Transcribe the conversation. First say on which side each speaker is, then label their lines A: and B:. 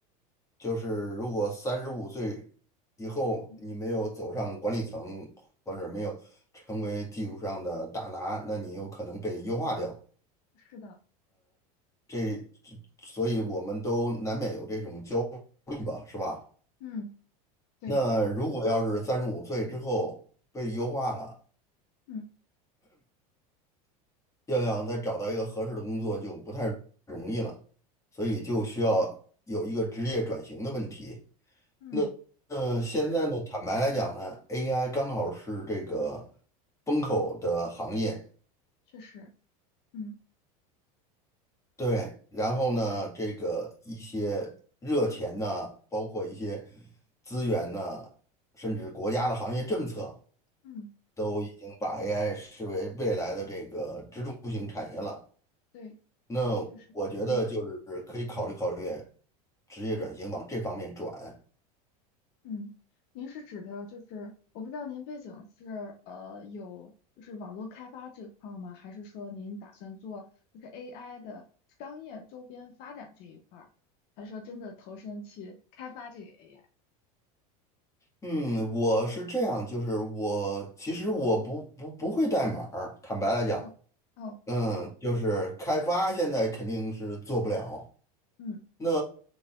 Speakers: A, on the left; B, on the left.
A: 就是如果三十五岁以后你没有走上管理层，
B: 嗯，
A: 或者没有成为技术上的大拿，那你有可能被优化掉。
B: 是的，
A: 这，所以我们都难免有这种焦虑吧，是吧？
B: 嗯，对，
A: 那如果要是三十五岁之后被优化了，
B: 嗯
A: 要想再找到一个合适的工作就不太容易了，所以就需要有一个职业转型的问题。
B: 嗯，
A: 那呃，现在呢，坦白来讲呢，AI 刚好是这个风口的行业，
B: 确实，嗯
A: 对，然后呢，这个一些热钱呐，包括一些资源呐，甚至国家的行业政策。
B: 嗯，
A: 都已经把 AI 视为未来的这个支柱型产业了。
B: 对，
A: 那我觉得就是可以考虑考虑
B: 确实，嗯。
A: 职业转型往这方面转。
B: 嗯，您是指的就是，我不知道您背景是呃有就是网络开发这块儿吗？还是说您打算做就是 AI 的商业周边发展这一块儿？还是说真的投身去开发这个 AI？
A: 嗯，我是这样，就是我其实我不不不会代码儿，坦白来讲，
B: 哦哦，
A: 嗯，就是开发现在肯定是做不了，
B: 嗯
A: 那